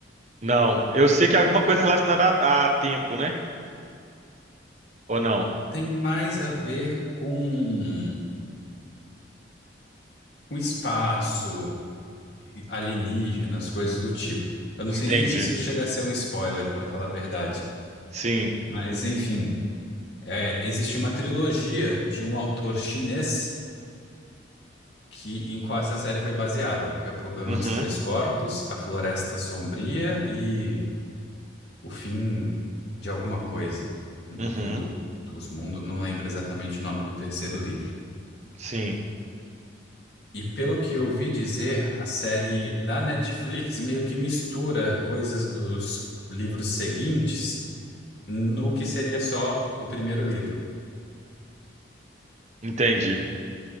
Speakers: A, on the right; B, on the left.
A: Não, eu sei que é alguma coisa relacionada a, a tempo, né? Ou não?
B: Tem mais a ver com, com espaço, e alienígenas, coisas do tipo. Eu não
A: Entendi.
B: sei nem se isso chega a ser um spoiler, para falar a verdade.
A: Sim.
B: Mas, enfim, é, existe uma trilogia de um autor chinês que em qual essa série foi baseada, que é O Problema
A: Uhum.
B: dos Três Corpos, A Floresta Sombria e O Fim de Alguma Coisa.
A: Uhum.
B: O Fim do- dos Mundos, não lembro exatamente o nome do terceiro livro.
A: Sim.
B: E pelo que eu ouvi dizer, a série da Netflix meio que mistura coisas dos livros seguintes no que seria só o primeiro livro.
A: Entendi.